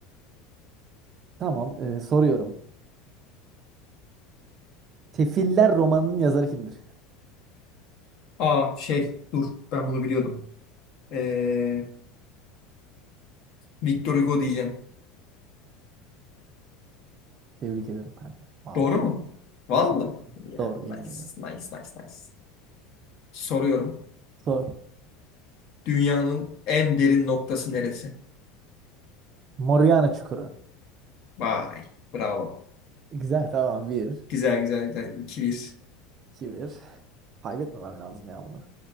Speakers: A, on the right (about 30°); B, on the left (about 50°).
A: Tamam e, soruyorum. Tefiller romanının yazarı kimdir?
B: Aa şey dur ben bunu biliyordum. Ee, Victor Hugo diyeceğim.
A: Tebrik ederim kanka. Vallahi
B: Doğru
A: tebrik.
B: mu? Valla.
A: İki.
B: Ya
A: Doğru
B: nice,
A: yemin ediyorum.
B: nice, nice, nice. Soruyorum.
A: Sor.
B: Dünyanın en derin noktası neresi?
A: Moriana Çukuru.
B: Vay. Bravo.
A: Güzel tamam bir.
B: Güzel güzel güzel. iki İkiliyiz.
A: iki bir. Kaybetmemem lazım ya bunu.